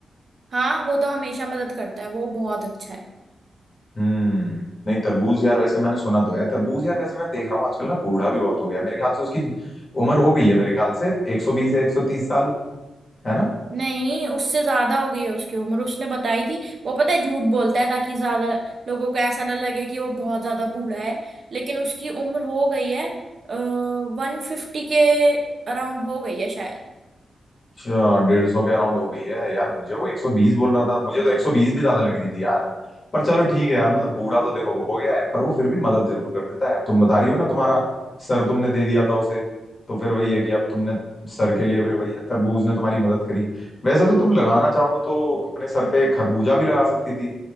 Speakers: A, on the right (about 40°); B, on the left (about 35°).
A: हाँ वो तो हमेशा मदद करता है वो बहुत अच्छा है
B: हम्म नहीं तरबूज यार वैसे मैंने सुना तो है तरबूज यार वैसे मैं देख रहा हूँ आजकल ना बूढ़ा भी बहुत हो गया मेरे ख्याल से उसकी उम्र हो गई है मेरे ख्याल से एक सौ बीस या एक सौ तीस साल है ना
A: नहीं उससे ज्यादा हो गई है उसकी उम्र उसने बताई थी वो पता है झूठ बोलता है ताकि ज्यादा लोगों को ऐसा ना लगे कि वो बहुत ज्यादा बूढ़ा है लेकिन उसकी उम्र हो गई है वन फिफ्टी के अराउंड हो गई है शायद
B: अच्छा डेढ़ सौ के अराउंड हो गई है यार मुझे वो एक सौ बीस बोल रहा था मुझे तो एक सौ बीस भी ज्यादा लग रही थी यार पर चलो ठीक है यार मतलब बूढ़ा तो देखो वो हो गया है पर वो फिर भी मदद जरूर कर देता है अब तुम बता रही हो ना तुम्हारा सर तुमने दे दिया था उसे तो फिर वही है कि अब तुमने सर के लिए फिर वही है तरबूज ने तुम्हारी मदद करी वैसे तो तुम लगाना चाहो तो अपने सर पे खरबूजा भी लगा सकती थी